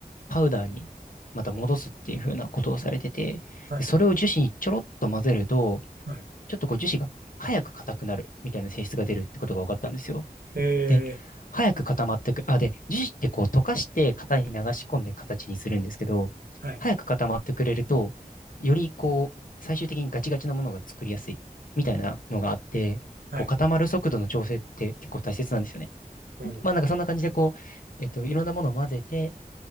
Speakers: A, on the left; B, on the right.
A: パウダーにまた戻すっていう風なことをされてて、
B: はい、
A: で、それを樹脂にちょろっと混ぜると、
B: はい、
A: ちょっとこう樹脂が早く硬くなるみたいな性質が出るってことが分かったんですよ。
B: え
A: で、早く固まってく。あ、で、樹脂ってこう溶かして型に流し込んで形にするんですけど、
B: ー、はい、
A: 早く固まってくれると、よりこう、最終的にガチガチなものが作りやすいみたいなのがあって、
B: はい、
A: こう固まる速度の調整って結構大切なんですよね。
B: うん、
A: まあなんかそんな感じでこう、えっと、いろんなものを混ぜて、